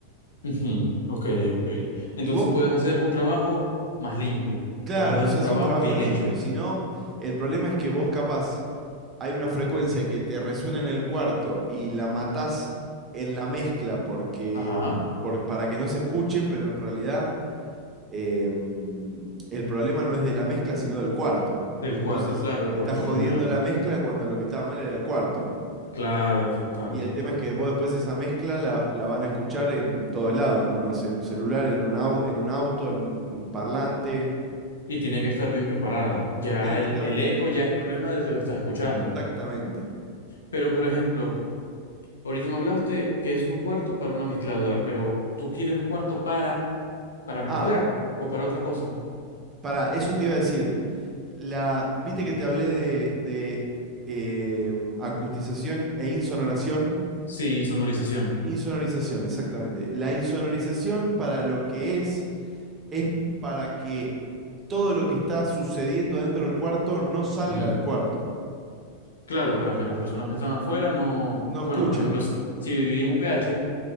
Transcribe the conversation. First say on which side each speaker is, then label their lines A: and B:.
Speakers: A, on the left (about 70°); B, on the right (about 25°).
A: Ujú, Ok, ok. Entonces
B: Y vos,
A: puedes hacer un trabajo más limpio,
B: claro,
A: puedes hacer
B: se
A: un
B: hace
A: trabajo
B: un trabajo
A: bien
B: limpio,
A: hecho.
B: si no, el problema es que vos capaz hay una frecuencia que te resuena en el cuarto y la matás en la mezcla porque,
A: Ajá,
B: por- para que no se escuche, pero en realidad eh, el problema no es de la mezcla, sino del cuarto.
A: del cuarto,
B: Entonces,
A: claro,
B: estás
A: porque
B: jodiendo
A: no es...
B: la mezcla cuando lo que estaba mal era el cuarto.
A: Claro, total,
B: Y
A: total.
B: el tema es que vos después esa mezcla la, la van a escuchar en todos lados, en, unos, en un celular, en un, au- en un auto, en un, en parlante.
A: Y tiene que estar bien preparada. Ya
B: Y tiene
A: el,
B: que estar
A: el eco ya es problema del que lo está escuchando.
B: exactamente.
A: Pero, por ejemplo, ahorita me hablaste que eso es un cuarto para una mezcladora, pero ¿tú quieres un cuarto para, para mezclar
B: Ah,
A: o para otra cosa?
B: para, eso te iba a decir. La, viste que te hablé de, de eh, acustización e insonoración.
A: Sin sonorización.
B: Insonorización, exactamente. La insonorización para lo que es es para que todo lo que está sucediendo dentro del cuarto no salga
A: Ujú.
B: del cuarto.
A: Claro, para que las personas que están afuera no...
B: No escuchen.
A: Bueno, por ejemplo, si, si viví en un PH...